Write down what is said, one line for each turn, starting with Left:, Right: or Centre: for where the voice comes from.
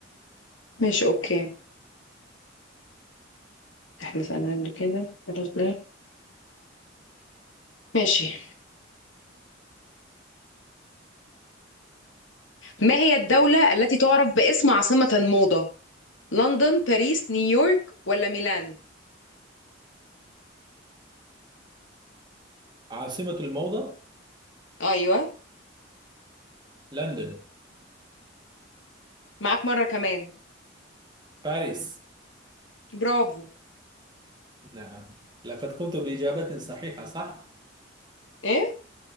Left: ماشي أوكي احنا سألنا قبل كده خلاص ده ماشي ما هي الدولة التي تعرف باسم عاصمة الموضة لندن باريس نيويورك ولا ميلان
Right: عاصمة الموضة
Left: أيوة
Right: لندن
Left: معاك مرة كمان
Right: باريس
Left: برافو
Right: نعم لقد قمت بإجابة صحيحة صح؟
Left: إيه